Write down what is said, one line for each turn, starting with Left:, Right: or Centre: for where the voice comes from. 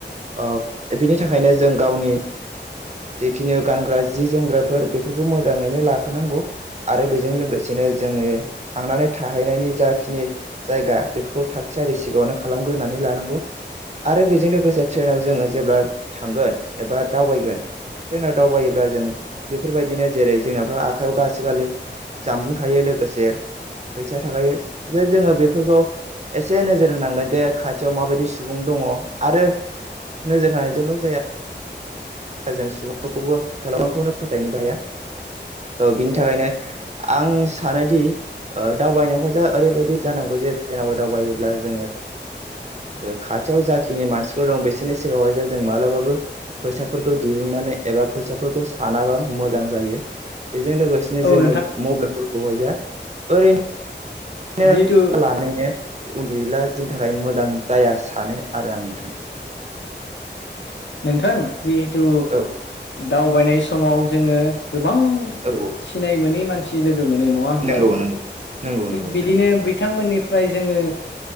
Right: ओ बेनि थाखायनो जों गावनि जिखिनि गानग्रा जि जोमग्राफोर बेफोरखौ मोजां मोजाङैनो लाखोनांगौ आरो बेजों लोगोसेनो जोङो थांनानै थाहैनायनि जाखिनि जायगा बेफोरखौ थागथियारि सिगाङावनो खालामग्रोनानै लानांगौ आरो बेजों लोगोसे ट्रेनाव जोङो जेब्ला थांगोन एबा दावबायगोन ट्रेनाव दावबायोब्ला जों बेफोरबायदिनो जेरै जोंनावथ' आखाइयाव गासैखालि जामबुं थायो लोगोसे फैसा थाखायो जे जोङो बेफोरखौ एसे नोजोर होनांगोन जे खाथियाव माबायदि सुबुं दङ आरो नोजोर होनानायजोंल' जाया जों सुबुंफोरखौबो <unintelligible> फोथायनोबो हाया स' बिनि थाखायनो आं सानोदि दावबायनायावहाय जा ओरैबायदि जानांगौ जे ट्रेनावबो दावबायोब्ला जोङो खाथियाव जाखिनि मानसिफोर दं बिसोरनि सिगाङावहाय जे जों मालाबाबो फैसाफोरखौ दिरुन नानै एबा फैसाफोरखौ सानाबा मोजां जायो। बेजों लोगोसेनो
Left: औ
Right: जोङो
Left: नोंथां
Right: मबाइलफोरखौहाय जा ओरैनो बिनो
Left: जिहेथु
Right: लानायनो उन्दुयोब्ला जोंनि थाखाय मोजां जाया सानो आरो आं नोंथां
Left: नोंथां जिहेथु
Right: औ
Left: दावबायनाय समाव जोङो गोबां
Right: औ औ
Left: सिनाय मोनै मानसि लोगो मोनो नङा होनबा
Right: नंगौ नंगौ नंगौ
Left: थिग
Right: नंगौ
Left: बिदिनो
Right: नोंथां
Left: बिथांमोननि -फ्राय जोङो